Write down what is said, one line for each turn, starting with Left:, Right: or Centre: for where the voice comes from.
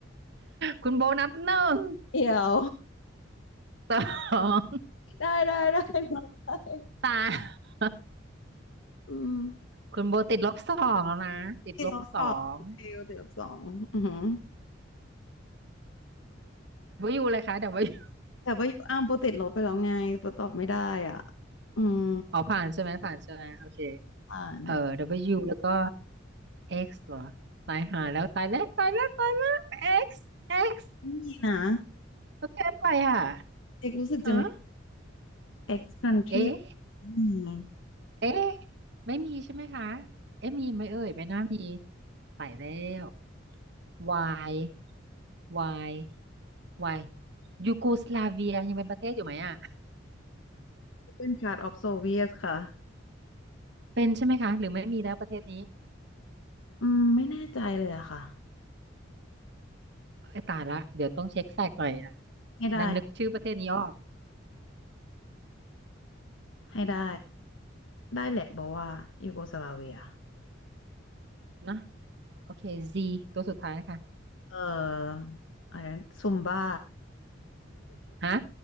Right: คุณโบนับหนึ่ง
Left: เดี๋ยว
Right: สอง
Left: <laughs> ได้ได้ <laughs> ได้ได้
Right: ตาม
Left: อืม
Right: คุณโบติดลบสองแล้วนะติดลบสอง
Left: ติดลบสองคิวติดลบสองอือหือ
Right: W เลยคะ W <laughs>
Left: แต่ว่ายูอ้ามโปรติดลบไปแล้วไงโปรตอบไม่ได้อ่ะ อืม
Right: อ๋อผ่านใช่ไหมผ่านใช่ไหมโอเค
Left: อ่าน
Right: เออ W แล้วก็ X เหรอตายหาแล้วตายแล้วตายแล้วตายแล้ว X X
Left: ไม่มีนะ
Right: โอเค่อไปอ่ะ
Left: เอกรู้สึกจะไม่
Right: ฮะ
Left: ex country
Right: เอ๊ะ
Left: อืม
Right: เอ๊ะไม่มีใช่ไหมคะเอ๊ะมีไหมเอ่ยไม่น่ามีตายแล้ว วายวายวายยูโกสลาเวียยังเป็นประเทศอยู่ไหมอ่ะ
Left: เป็น part of Soviet ค่ะ
Right: เป็นใช่ไหมคะหรือไม่มีแล้วประเทศนี้
Left: อืมไม่แน่ใจเลยอะค่ะ
Right: ไอ้ยตายละเดี๋ยวต้องเช็คแฟกต์หน่อยนะ
Left: ให้ได้
Right: ดันนึกชื่อประเทศนี้ออก
Left: ให้ได้ ได้แหละบอกว่ายูโกสลาเวีย
Right: นะ โอเค Z ตัวสุดท้ายค่ะ
Left: เอออะไรนะซุมบ้า
Right: ฮะ